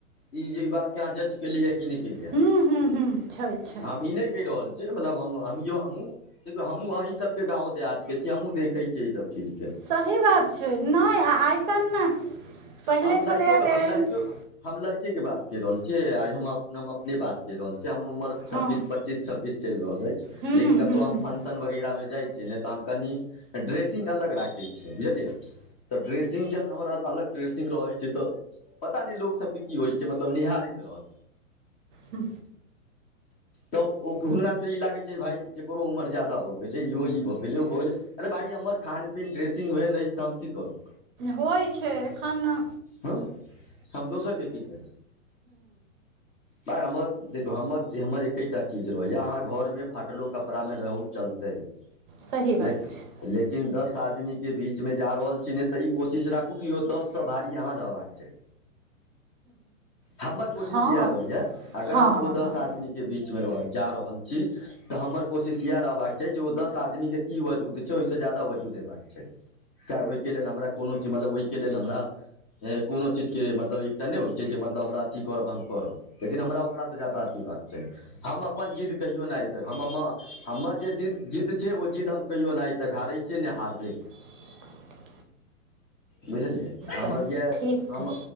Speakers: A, on the left (about 20°); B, on the right (about 40°).
A: ई जे ई बात के अहाँ जज केलियै कि नहि केलियै
B: हूँ हूँ हूँ छै छै
A: हम ई नहि कहि रहल छी। जे मतलब हमौ हमहूँ देखौ हमहुँ अहीँ सबके गाँव देहातके छियै हमहूँ देखै छियै एहि सब चीजके।
B: सही बात छै नइ आइ काल्हि ने पहिले
A: हम लड़कियो
B: छलेया पेरेन्ट्स
A: हम लड़कियो हम लड़के के बात कैह रहल छियै आइ हम अप हम अपने बात कैह रहल छीयै हम उमर छब्बीस
B: हँ
A: पच्चीस छब्बीस चैल रहल अछि
B: हूँ
A: लेकिन कतौहु
B: हूँ
A: हम फंड कीर्तन वगैरहमे जाय छीये ने त हम कनी ड्रेसिंग अलग राखय छीये बुझलिये। त ड्रेसिंग ज <unintelligible> अलग ड्रेसिंग रहै छैय त पता नहि लोक सबके की होइ छैय मतलब निहारैत रहत।
B: हू
A: त ओ हुनका सबके इ लागै छैय जे भाइ एकरो उमर जादा भ गेलै इहो इ भ गेलै ओ भ गेलै अरे भाई इ हमर खान पीन ड्रेसिंग ओहेन अइछ त हम की करू।
B: होइ छैय खाना
A: हँ हम दोसरके की कही। तांय हमर देखु हमर, हमर एकेटा चीज रहैए अहाँ घरमे फाटलो कपड़ामे रहू चलतै
B: सही
A: लेकिन,
B: बात छै
A: लेकिन दस आदमीके बीचमे जा रहल छी ने ते इ कोशिश राखु कि यो दस स भारी अहाँ रहबाक चाही। हमर कोशिश
B: हँ
A: यएह रहैया अगर
B: हँ
A: हम ओ दस
B: हँ
A: आदमी के बीचमे रहल जा रहल छी त हमर कोशिश इहै रहबाक चाही जे ओ दस आदमीके की वजूद छैय ओहि स जादा वजूद हेबाक चाही, चाहे ओहि के लेल हमरा कोनो चीज मतलब ओहि के लेल हमरा कोनो चीज के मतलब एकटा नहि होय जे मतलब हमरा अथी करब त हम करब लेकिन हमरा ओकरासे जादा अथी हेबाक चाही। हम अपन जिद्द कहिओ नहि आइ तक हमम हमर जे जि जिद्द छैय ओ जिद्द हम कहियो नहि आइतक हारैय छी ने हारबैय।
B: एक <inaudible>
A: बुझलियै हमर
B: तहन
A: यैह
B: ठीक
A: हम
B: अइ